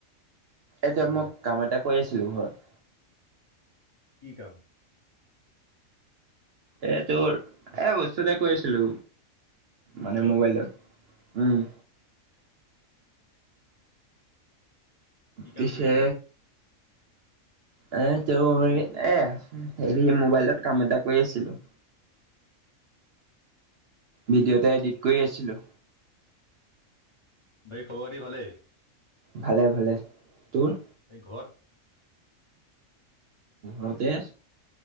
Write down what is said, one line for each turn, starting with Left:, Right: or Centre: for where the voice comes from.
Right: এতিয়া
Left: অ
Right: মই কাম এটা কৰি আছিলোঁ ঘৰত।
Left: কি কাম?
Right: এ তোৰ এ বস্তুএটা কৰি আছিলোঁ মানে
Left: হেল্ল'
Right: মোবাইলত। উম।
Left: কি
Right: পিছে
Left: কাম কৰি আছ।
Right: এ, তেওঁ এ হেৰি মোবাইলত কাম এটা কৰি আছিলোঁ। ভিডিঅ' এটা এডিট কৰি আছিলোঁ।
Left: বাকি খবৰ খাতি ভালেই?
Right: ভালে ভালে তোৰ?
Left: এই ঘৰত।
Right: ঘৰতে